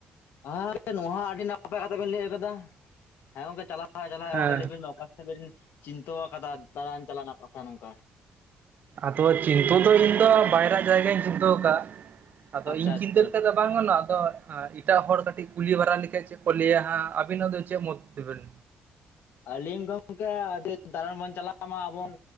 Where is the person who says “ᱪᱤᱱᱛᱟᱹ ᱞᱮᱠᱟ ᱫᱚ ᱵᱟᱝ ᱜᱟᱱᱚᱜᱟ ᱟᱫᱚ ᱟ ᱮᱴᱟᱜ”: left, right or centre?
Right